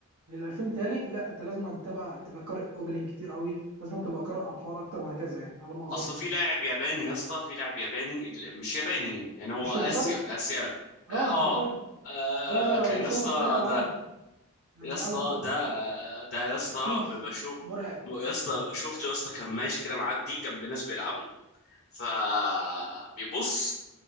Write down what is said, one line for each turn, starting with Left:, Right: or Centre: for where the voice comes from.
Right: لل 2000 بتالي لا انت لازم تبقى تبقى قارئ اوبننج كتير قوي لازم تبقى قارئ عن الحوار اكتر وهكذا يعني على ما اظن
Left: اصل
Right: يعني
Left: في لاعب ياباني يا اسطى في لاعب ياباني ال- مش ياباني يعني هو
Right: مش
Left: اسيا
Right: هيريكاري
Left: اسيا
Right: اه
Left: اه
Right: هيريكاري
Left: اه آه،
Right: ده
Left: كان
Right: مصنف
Left: يا اسطى
Right: تاني على
Left: ده
Right: العالم يعني
Left: يا
Right: على
Left: اسطى
Right: العالم كله
Left: ده آه، ده يا اسطى
Right: مخيف
Left: ب- بشوف
Right: مرعب
Left: يا اسطى شفته يا اسطى كان ماشي كده معدي جنب ناس بيلعبوا فبيبص